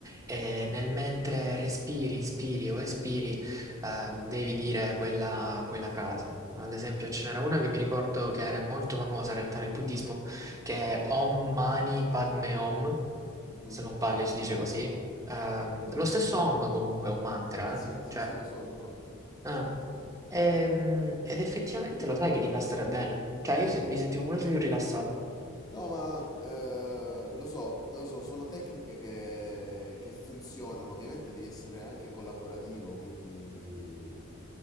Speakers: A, on the right; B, on the left.
A: e nel mentre respiri, inspiri o espiri, ehm, devi dire quella, quella frase. Ad esempio, ce n'era una che mi ricordo che era molto famosa in realtà nel buddismo, che è Om Mani Padme Hum
B: Mhm.
A: se non sbaglio si dice così. Ehm, lo stesso Om comunque è un mantra,
B: Eh sì,
A: eh.
B: sì,
A: cioè,
B: sì, lo so, lo so.
A: eh. Ehm, ed effettivamente lo sai che ti fa stare bene. Cioè, io se- mi sentivo molto più rilassato.
B: No, ma eh, lo so, lo so, sono tecniche che, che funzionano. Ovviamente devi essere anche collaborativo, quindi